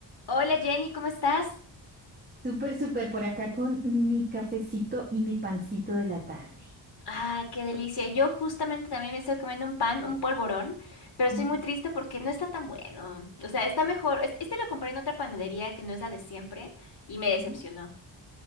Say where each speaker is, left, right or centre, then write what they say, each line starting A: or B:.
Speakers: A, on the left; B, on the right.
A: Hola Jenny, ¿cómo estás?
B: Súper, súper por acá con mi cafecito y mi pancito de la tarde.
A: Ah, qué delicia. Yo justamente también me estoy comiendo un pan, un polvorón, pero estoy
B: Ujú,
A: muy triste porque no está tan bueno. O sea, está mejor. es- Este lo compré en otra panadería que no es la de siempre y me decepcionó.
B: ujú,